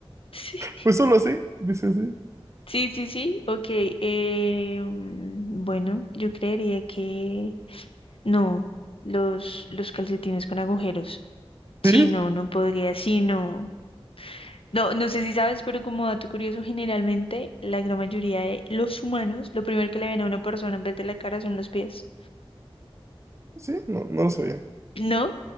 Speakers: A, on the left; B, on the right.
A: <laughs> sí.
B: pues solo así, dice así.
A: Sí, sí, sí, ok. eh, mm, bueno, yo creería que no, los, los calcetines con agujeros. Sí,
B: Sí,
A: no, no podría, sí, no. No, no sé si sabes, pero como dato curioso, generalmente la gran mayoría de los humanos, lo primero que le ven a una persona en vez de la cara son los pies,
B: sí, no, no lo sabía.
A: ¿no?